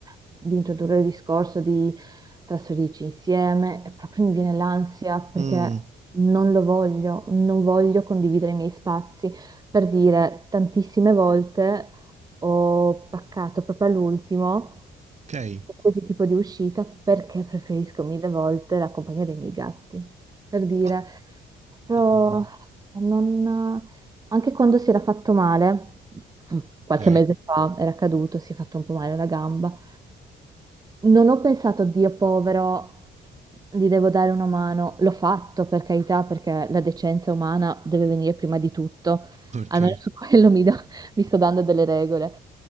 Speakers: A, on the right (about 20°); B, on the right (about 35°).
A: di introdurre il discorso di trasferirci insieme e proprio mi viene l'ansia perché
B: mm,
A: non lo voglio, non voglio condividere i miei spazi. Per dire, tantissime volte ho paccato proprio all'ultimo
B: ok.
A: qualsiasi tipo di uscita perché preferisco mille volte la compagnia dei miei gatti. Per dire,
B: Oh,
A: proprio
B: mm, mm, mm.
A: non- anche quando si era fatto male, mm, qualche
B: ok,
A: mese fa era caduto, si è fatto un po' male alla gamba, non ho pensato, Dio povero, gli devo dare una mano. L'ho fatto per carità, perché la decenza umana deve venire prima di tutto.
B: ok.
A: Almeno su <laughs> quello mi, do- mi sto dando delle regole.